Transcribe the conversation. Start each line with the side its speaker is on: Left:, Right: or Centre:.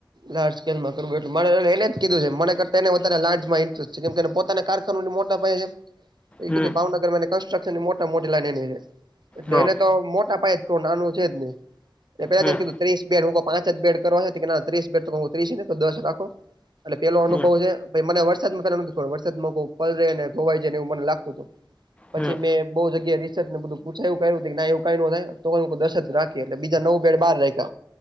Right: લાર્જ સ્કેલમાં કરવટ મારે એને જ કીધું છે મન કરતા વધ લાર્જમાં ઇન્ટસ્ટ કેમ પોતા કાર મોટા પાય એ
Left: હમ
Right: કીધું ભાવનગરમાં કન્સ્ટ્રક્શન ની મોટા મોટી લાઈન એની એટલે
Left: હા
Right: એને તો મોટા પાયે નાનું છે જને પેલાને
Left: હમ
Right: કીધું ત્રીસ બેડ હું પાંચ જ બેડ કરવા હે કે ના ત્રીસ બે ઉતરી ને ત્રીસ તો દસ રાખો એટલે પેલો અનુભવ
Left: હમ
Right: છે પ મને વરસાદ પ નથી થોડ વરસાદ પલ રે ને ધોવાઈ જાય ને એવું મને લાગતું હતું પછી
Left: હમ
Right: મેં બહુ જગ્યા રિસર્ને બધ પૂછાય એવું કું એવું ક તો દર્ જ રાખી એટલે બીજા નવું બેડ બાર રાખ્યા